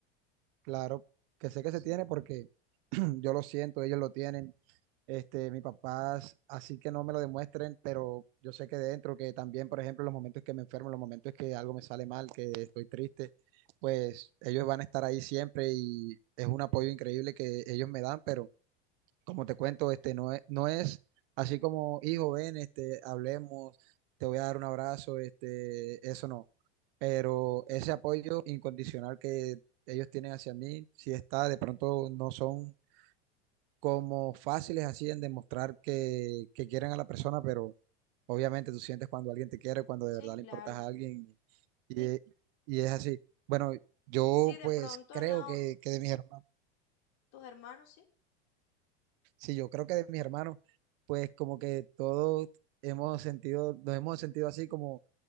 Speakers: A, on the right (about 60°); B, on the left (about 55°).
A: claro, que sé que se tiene porque <clears throat> yo lo siento, ellos lo tienen, este, mis papás, así que no me lo demuestren, pero yo sé que dentro, que también, por ejemplo, los momentos que me enfermo, los momentos que algo me sale mal, que estoy triste, pues ellos van a estar ahí siempre y es un apoyo increíble que ellos me dan, pero como te cuento, este, no es, no es así como, hijo, ven, este, hablemos, te voy a dar un abrazo, este, eso no. Pero ese apoyo incondicional que ellos tienen hacia mí, si está, de pronto no son como fáciles así en demostrar que, que quieren a la persona, pero obviamente tú sientes cuando alguien te quiere, cuando de
B: sí,
A: verdad
B: claro.
A: le importas a alguien y, y es así. Bueno, yo
B: Sí, de
A: pues
B: pronto
A: creo
B: no,
A: que, que de mis hermanos
B: tus hermanos, sí.
A: Sí, yo creo que de mis hermanos, pues como que todos hemos sentido, nos hemos sentido así como